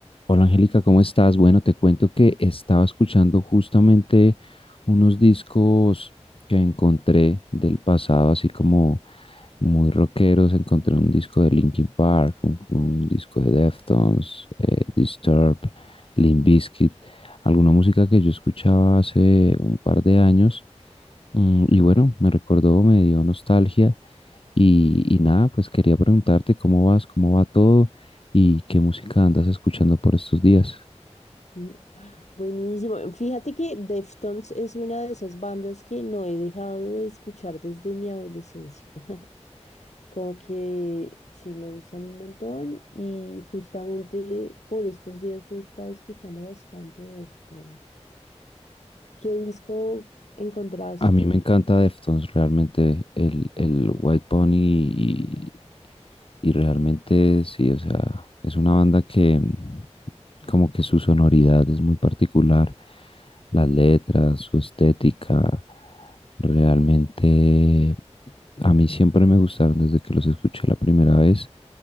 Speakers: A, on the left (about 50°); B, on the left (about 75°).
A: Hola Angélica, ¿cómo estás? Bueno, te cuento que estaba escuchando justamente unos discos que encontré del pasado, así como muy rockeros. Encontré un disco de Linkin Park, un, un disco de Deftones, eh, Disturbed, Limp Bizkit, alguna música que yo escuchaba hace un par de años Mm, y bueno, me recordó, me dio nostalgia y, y nada, pues quería preguntarte cómo vas, cómo va todo y qué música andas escuchando por estos días.
B: Mm, Buenísimo. Fíjate que Deftones es una de esas bandas que no he dejado de escuchar desde mi adolescencia. <laughs> Como que sí me gustan un montón y justamente por estos días he estado escuchando bastante Deftones. ¿Qué disco encontraste?
A: A mí me encanta Deftones, realmente el, el White Pony y, y realmente sí, o sea, es una banda que mm, como que su sonoridad es muy particular, las letras, su estética, realmente a mí siempre me gustaron desde que los escuché la primera vez,